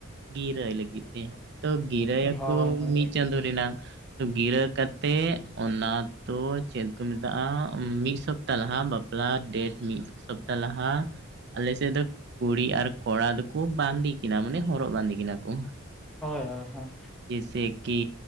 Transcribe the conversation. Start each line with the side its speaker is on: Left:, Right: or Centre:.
Right: ᱜᱤᱨᱟᱹᱭ ᱞᱟᱹᱜᱤᱫ ᱛᱮ ᱛᱚ ᱜᱤᱨᱟᱹᱭ ᱭᱟ
Centre: ᱦᱳᱭ
Right: ᱠᱚ
Centre: ᱦᱳᱭ
Right: ᱢᱤᱫ ᱪᱟᱸᱫᱳ ᱨᱮᱱᱟᱜ ᱜᱤᱨᱟᱹ ᱠᱟᱛᱮᱜ ᱚᱱᱟ ᱫᱚ ᱪᱮᱫ ᱠᱚ ᱢᱮᱛᱟᱜ-ᱟ ᱢᱤᱫ ᱥᱚᱯ ᱛᱟ ᱞᱟᱦᱟ ᱵᱟᱯᱞᱟ ᱰᱮᱴ ᱢᱤᱫ ᱥᱚᱯᱛᱟ ᱞᱟᱦᱟ ᱟᱞᱮ ᱥᱮᱫ ᱫᱚ ᱠᱩᱲᱤ ᱟᱨ ᱠᱚᱲᱟ ᱫᱚᱠᱚ ᱵᱟᱸᱫᱮ ᱠᱤᱱᱟ ᱢᱟᱱᱮ ᱦᱚᱨᱚᱜ ᱵᱟᱸᱫᱮ ᱠᱤᱱᱟ ᱠᱚ
Centre: ᱚ ᱦᱚ
Right: ᱡᱮᱥᱮ ᱠᱤ